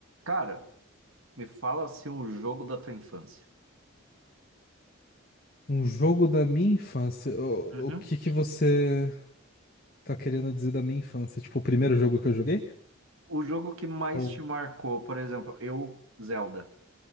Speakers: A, on the right (about 75°); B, on the left (about 45°).
A: Cara, me fala assim o jogo da tua infância.
B: Um jogo da minha infância. O,
A: Uhum.
B: o que que você tá querendo dizer da minha infância? Tipo, o primeiro jogo que eu joguei?
A: O jogo que mais
B: Ou.
A: te marcou, por exemplo, eu, Zelda.